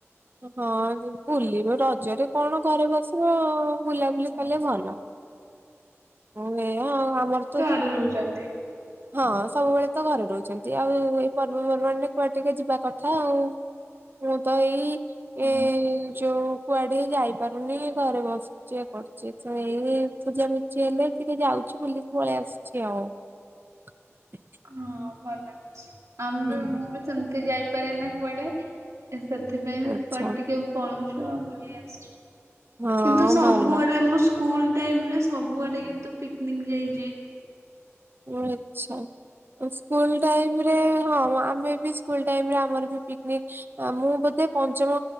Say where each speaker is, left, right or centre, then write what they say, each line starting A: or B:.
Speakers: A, on the right; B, on the right.
A: ହଁ ବୁଲିବେ ରଜରେ କଣ ଘରେ ବସିବ ଅ ବୁଲାବୁଲି
B: ହଁ।
A: କଲେ ଭଲ ଏଇ ଆଉ ଆମର ତ
B: କିଣୁଛନ୍ତି।
A: ହଁ ସବୁବେଳେ ତ ଘରେ ରହୁଛନ୍ତି ଆଉ ଏଇଏଇ ପର୍ବପର୍ବାଣୀ ରେ କୁଆଟେ ଟିକେ ଯିବା କଥା ଆଉ। ମୁଁ ତ ଏଇ
B: ହଁ
A: ଏ ଯୋଉ କୁଆଡେ ଯାଇପାରୁନି ଘରେ ବସ ସିଏ କରୁଛି ତ ଏଇ ପୂଜା ପୂଜି ହେଲେ ଟିକେ ଯାଉଛି ବୁଲିକି ପଳେଇ ଆସୁଛି ଆଉ। ହ
B: ହଁ ଭଲ ଲାଗୁଛି ଆମେ
A: ହୁଁ।
B: ମୁଁ ବି ସେମିତି ଯାଇପାରେ ନାଇଁ କୁଆଡେ। ଏ ସେଥିପାଇଁ
A: ଆଚ୍ଛା
B: କୁଆଡ ଟିକେ ପଳଉଛୁ ଆଉ ବୁଲି ଆସିଛୁ।
A: ହଁ
B: କିନ୍ତୁ ସବୁଆଡେ
A: ଭଲ
B: ମୁଁ ସ୍କୁଲ ଟାଇମ୍ ରେ ସବୁଆଡେ କିନ୍ତୁ ପିକନିକ୍ ଯାଇଛି।
A: ଓ ରେ ଆଛା। ସ୍କୁଲ ଟାଇମ୍ ରେ ହଁ ଆମେ ବି ସ୍କୁଲ ଟାଇମରେ ଆମର ବି ପିକନିକ୍ ମୁଁ ବୋଧେ ପଞ୍ଚମ